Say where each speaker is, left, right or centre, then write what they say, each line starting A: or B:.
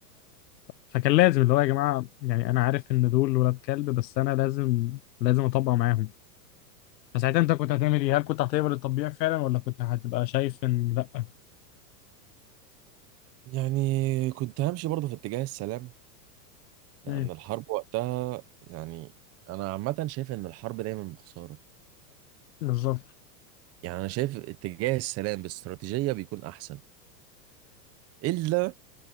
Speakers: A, on the left (about 80°); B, on the right (about 30°).
A: فكان لازم اللي هو يا جماعة يعني أنا عارف إن دول ولاد كلب بس أنا لازم لازم أطبق معاهم فساعتها أنت كنت هتعمل إيه؟ هل كنت هتقبل التطبيع فعلا ولا كنت هتبقى شايف إن لأ؟
B: يعني كنت همشي برضه في اتجاه السلام لأن
A: مم.
B: الحرب وقتها يعني أنا عامة شايف إن الحرب دايما بخسارة
A: بالظبط
B: يعني أنا شايف اتجاه السلام باستراتيجية بيكون أحسن إلا